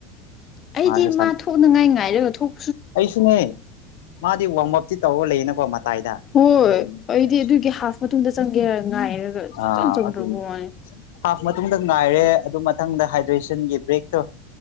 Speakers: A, on the left; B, on the left.
A: ꯑꯩꯗꯤ
B: ꯃꯥꯁꯨ ꯁꯥꯟ
A: ꯃꯥ ꯊꯣꯛꯅꯉꯥꯏ ꯉꯥꯏꯔꯒ ꯊꯣꯛ
B: ꯑꯩꯁꯨꯅꯦ ꯃꯥꯗꯤ ꯋꯥꯝꯃꯞꯇꯤ ꯇꯧꯔ ꯂꯩꯌꯦꯅꯀꯣ ꯃꯇꯥꯏꯗ
A: ꯍꯣꯏ
B: ꯊꯣꯛꯑꯅꯤ
A: ꯑꯩꯗꯤ
B: ꯑꯁ
A: ꯑꯗꯨꯒꯤ ꯍꯥꯐ ꯃꯇꯨꯡꯗ ꯆꯪꯒꯦꯔ ꯉꯥꯏꯔꯒ
B: ꯑꯥ
A: ꯁꯨꯡꯆꯪ ꯆꯪꯗ꯭ꯔꯕ
B: ꯑꯗꯨꯅꯤ
A: ꯋꯥꯅꯦ
B: ꯍꯥꯐ ꯃꯇꯨꯡꯗ ꯉꯥꯏꯔꯦ ꯑꯗꯨ ꯃꯊꯪꯗ ꯍꯥꯏꯗ꯭ꯔꯦꯁꯟꯒꯤ ꯕ꯭ꯔꯦꯛ ꯇꯣ